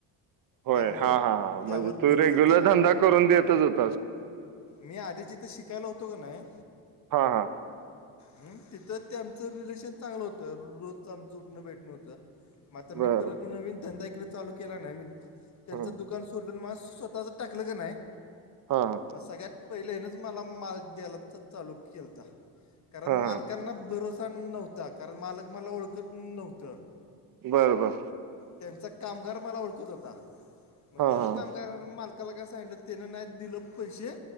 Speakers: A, on the right; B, on the left.
A: होय,
B: त्यामुळं
A: हा. हा. हां म्,
B: त्यावर
A: हणजे तू
B: भरोसा
A: रेग्युलर
B: चांगला
A: धंदा
B: होता आपला
A: करून देतच होतो.
B: मी आधी जिथ शिकायला होतो का नाही
A: हां हां
B: हम तिथं ते आमचं रिलेशन चांगलं होतं, रोजच आमचं उठणं बेटणं होतं मग आ मी
A: बरं
B: परत नवीन धंदा क चालू केला नाही म त्यांचं
A: हां
B: दुकान सोडलं, मला स्वतःच टाकलं का नाही
A: हा.
B: मग सगळ्यात पहिले हेणच मला माल द्यायला तर चालू केलता कारण
A: हां
B: मालकांना भरोसा नव्हता, कारण मालक मला ओळखत नव्हतं
A: बरं बर.
B: त्यांचा कामगार मला ओळखत होता, मग
A: हां
B: त्यांना
A: हां
B: कामगारां माल अकाला काय सांगितलं त्यान नाही दिलं पैसे,